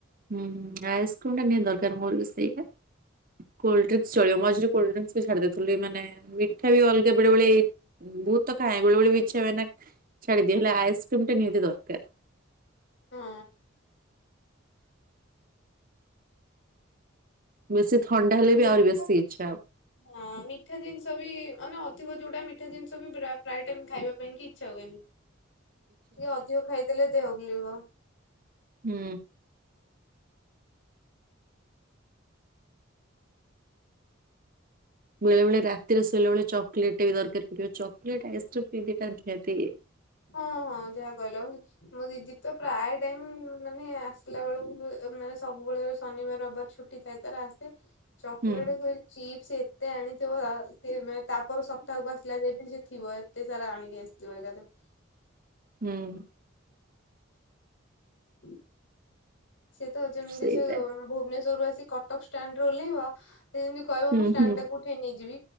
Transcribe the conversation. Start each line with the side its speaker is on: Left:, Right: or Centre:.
Right: ହୁଁ ଆଇସ୍କ୍ରିମଟା ନିହାତି ଦରକାର ମୋର ବି ସେଇଟା। କୋଲଡ୍ରିଙ୍କ୍ସ ଚଳିବ ମଝିରେ କୋଲଡ୍ରଙ୍କ୍ସବି ଛାଡି ଦଉଥିଲି ମାନେ ମିଠା ବି ଅଲଗା ବେଳେବେଳେ ବହୁତ ତ ଖାଏ ବେଳେବେଳେ ବି ଇଚ୍ଛା ହୁଏନା ଛାଡିଦିଏ, ହେଲେ ଆଇସ୍କ୍ରିମଟା ନିହାତି ଦରକାର।
Left: ହଁ।
Right: ବେଶୀ ଥଣ୍ଡା ହେଲେ ବି
Left: ମିଠା
Right: ଆହୁରି ବେଶୀ
Left: ଜିନିଷ
Right: ଇଚ୍ଛା ଆଉ।
Left: ହଁ ମିଠା ଜିନିଷବି ମାନେ ଅଧିକ ଯୋଉଟା ମିଠା ଜିନିଷବି ପ୍ରା ପ୍ରାୟ ଟାଇମ୍ ଖାଇବା ପାଇଁକି ଇଚ୍ଛା ହୁଏନି।
Right: ହ।
Left: ଟିକେ ଅଧିକ ଖାଇଦେଲେ ଦେହ ବୁଲେଇବ।
Right: ହୁଁ। ବେଳେ ବେଳେ ରାତିରେ ଶୋଇଲା ବେଳେ ଚକୋଲେଟେ ବି ଦରକାରପଡିବ, ଚକୋଲେଟ୍ ଆଇସ୍କ୍ରିମ୍। <inaudible>
Left: ହଁ ହଁ ଯାହା କହିଲ। ମୋ ଦିଦି ତ ପ୍ରାୟ ଟାଇମ୍ ମାନେ ଆସିଲା ବେଳକୁ ଏ ମାନେ ସବୁବେଳେ ଯୋଉ ଶନିବାର ରବାର ଛୁଟ୍ ସେ ତାର ଆସେ ଚକୋଲେଟକୁ
Right: ହୁଁ
Left: ଏ ଚିପ୍ସ୍ ଏତେ ଆଣିଥିବ ଆଁ ସେ ମାନେ ତାପର ସପ୍ତାହକୁ ଆସିଲା ଯାଏ ବି ସେ ଥିବ ଏତେ ସାରା ଆଣିକି ଆସିଥିବ ଏକାଥରେ।
Right: ହୁଁ।
Left: ହୁଁ। ସିଏ ତ ଯେମିତି
Right: ସେଇଟା
Left: ସେ ଭୁବନେଶ୍ୱରୁ ଆସି କଟକ ଷ୍ଟାଣ୍ଡରେ ଓଲ୍ହେଇବ ସି ଯେମତି କହିବ
Right: ହୁଁ
Left: ମୁଁ ଷ୍ଟାଣ୍ଡ
Right: ହୁଁ
Left: ଟାକୁ ଉଠେଇ ନେଇଯିବି।